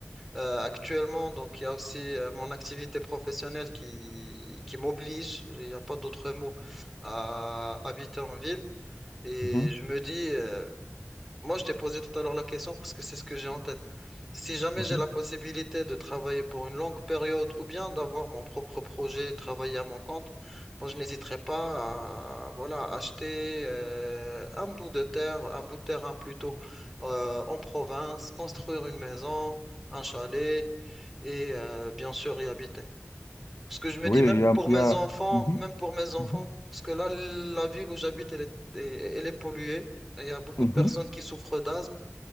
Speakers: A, in the centre; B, on the left.
A: euh, actuellement. Donc, il y a aussi euh, mon activité professionnelle qui, qui m'oblige, il n'y a pas d'autre mot, à habiter en ville. Et
B: Mhm,
A: je me dis, euh, moi, je t'ai posé tout à l'heure la question parce que c'est ce que j'ai en tête. Si jamais
B: mhm.
A: j'ai la possibilité de travailler pour une longue période ou bien d'avoir mon propre projet, travailler à mon compte, moi, je n'hésiterai pas à voilà, acheter euh, un bout de terre, un bout de terrain plutôt euh, en province, construire une maison, un chalet et euh, bien sûr y habiter. Parce que je me
B: Oui,
A: dis même
B: il y a,
A: pour
B: il
A: mes
B: y a-
A: enfants,
B: mhm,
A: même pour mes enfants,
B: mhm,
A: parce que là, la ville où j'habite, elle est, elle elle est polluée. Et Il y a beaucoup
B: mhm.
A: de personnes qui souffrent d'asthme.